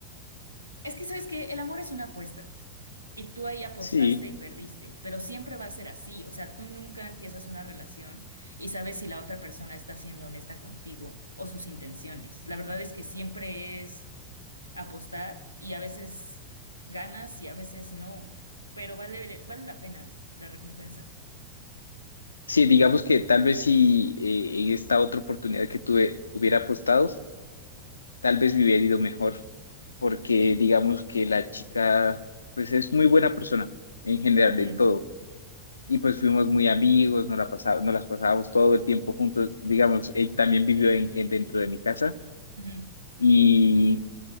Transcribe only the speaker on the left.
Sí,
sí, digamos que tal vez si eh, en esta otra oportunidad que tuve hubiera apostado, tal vez me hubiera ido mejor, porque digamos que la chica, pues es muy buena persona en general,
en todo. Y pues fuimos muy amigos, nos la pasaba- nos las pasábamos todo el tiempo juntos. Digamos, él también vivió en- en- dentro de mi casa
y